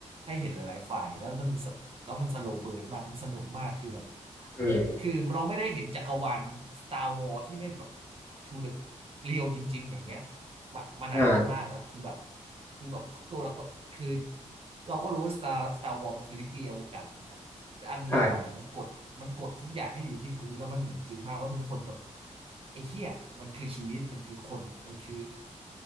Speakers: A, on the right; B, on the left.
A: ให้เห็นหลายๆฝ่ายแล้วมันสแล้วมันสโลว์เบิร์นมากมันสนุกมากคือแบบ
B: เออ
A: คือเราไม่ได้เห็นจักรวาล Star Wars ที่ไม่แบบ to the real จริงๆอย่างเงี้ย มามานานมากๆแล้วคือแบบ
B: อ่า
A: คือแบบทุกตัวเราก็คือเราก็รู้สตาร์สตาร์วอร์มันคือลิเกอวกาศถูกไหมแต่อันดอร์เนี่ยมันกดมันกดทุกอย่างให้อยู่ที่พื้นแล้วมันเหมือนจริงมากว่าทุกคนแบบ
B: ใช่
A: ไอ้เหี้ยมันคือชีวิตมันคือคนมันคือ